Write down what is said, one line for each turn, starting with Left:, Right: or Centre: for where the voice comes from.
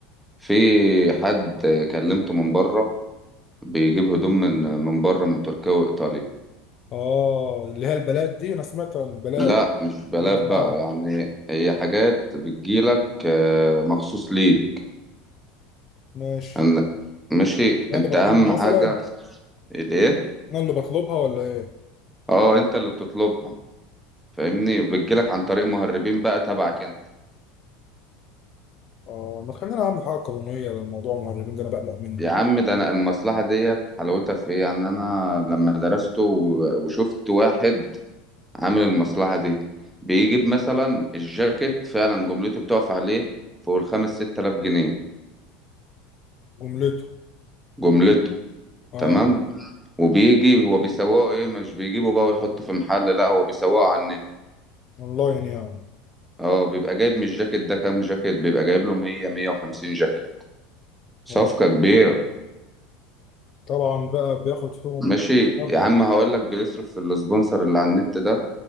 Centre: في حد كلمته من بره بيجيب هدوم من من بره من تركيا وايطاليا
Left: اه اللي هي البلاد دي انا سمعت عن البلاد
Centre: لا مش بلاد
Left: بقى العتبة.
Centre: بقى يعني هي حاجات بتجيلك آه، مخصوص ليه
Left: ماشي
Centre: أن- ماشي
Left: انا
Centre: انت
Left: اللي بطلبها
Centre: اهم حاجه
Left: مثلا
Centre: الايه
Left: انا اللي بطلبها ولا ايه
Centre: اه انت اللي بتطلبها فاهمني وبتجيلك عن طريق مهربين بقى تبعك انت
Left: اه ما تخلينا اعمل حاجه قانونيه للموضوع المهربين ده انا بقلق منه
Centre: يا عم ده انا المصلحه ديت حلاوتها في ايه يعني انا لما درسته و- وشفت واحد عامل المصلحه دي بيجيب مثلا الجاكيت فعلا جملته بتقف عليه فوق الخمس ست الاف جنيه
Left: جملته
Centre: جملته
Left: اه
Centre: تمام وبيجي هو بيسوقه ايه مش بيجيبه بقى ويحطه في محل لا هو بيسوقه عنه
Left: اونلاين يعني
Centre: اه بيبقى جايب من الجاكيت ده كام جاكيت بيبقى جايب له 100 150 جاكيت صفقة
Left: آه.
Centre: كبيرة
Left: طبعا بقى بياخد فيهم
Centre: ماشي
Left: مبلغ
Centre: يا عم هقول لك بيصرف في السبونسر اللي على النت ده